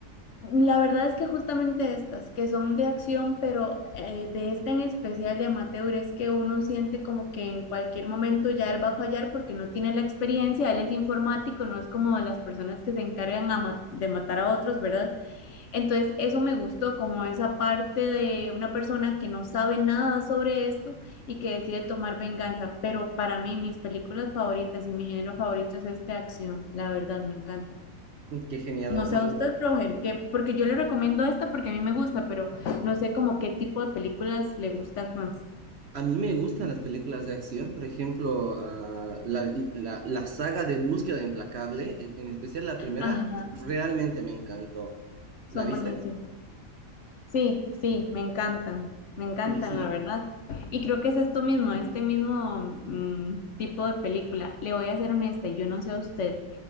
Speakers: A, on the left; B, on the right.
A: La verdad es que justamente estas, que son de acción, pero eh, de esta en especial de amateur, es que uno siente como que en cualquier momento ya él va a fallar porque no tiene la experiencia, él es informático, no es como las personas que se encargan a ma- de matar a otros, ¿verdad? Entonces, eso me gustó, como esa parte de una persona que no sabe nada sobre esto y que decide tomar venganza, pero para mí mis películas favoritas y mi género favorito es este de acción, la verdad, me encanta.
B: Qué genial.
A: No sé a usted, Roger, que, porque yo le recomiendo esta porque a mí me gusta, pero no sé como qué tipo de películas le gustan más.
B: A mí me gustan las películas de acción, por ejemplo, ah, la, la- la saga de Búsqueda Implacable, e- en especial la primera,
A: Ajá,
B: realmente me encantó.
A: son
B: ¿La viste?
A: buenísimas. Sí, sí, me encantan, me encantan,
B: Sí, sí.
A: la verdad. Y creo que es esto mismo, este mismo mm, tipo de película. Le voy a ser honesta, yo no sé a usted